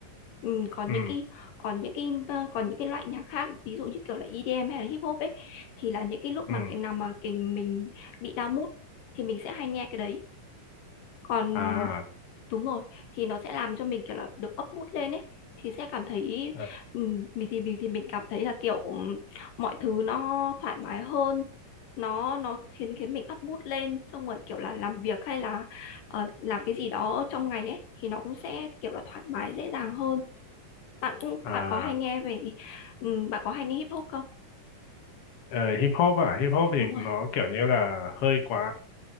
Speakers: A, on the left (about 75°); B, on the left (about 45°).
A: Ừm, còn
B: ừ,
A: những cái còn những cái ờ, còn những cái loại nhạc khác ví dụ như kiểu là EDM hay là hip hop ấy thì là những cái lúc
B: ừ,
A: mà cái nào mà cái mình bị down mood thì mình sẽ hay nghe cái đấy còn
B: à,
A: đúng rồi thì nó sẽ làm cho mình kiểu là được up mood lên ấy thì sẽ cảm thấy
B: ờ,
A: ừm, mình thì mình thì mình cảm thấy là kiểu ừm, mọi thứ nó thoải mái hơn nó nó khiến khiến mình up mood lên xong rồi kiểu là làm việc hay là ờ, làm cái gì đó trong ngày ấy thì nó cũng sẽ kiểu là thoải mái dễ dàng hơn bạn cũng
B: à,
A: bạn có hay nghe về ừm, bạn có hay nghe hip hop không
B: ờ, hip hop à, hip hop thì
A: đúng rồi
B: nó kiểu như là hơi quá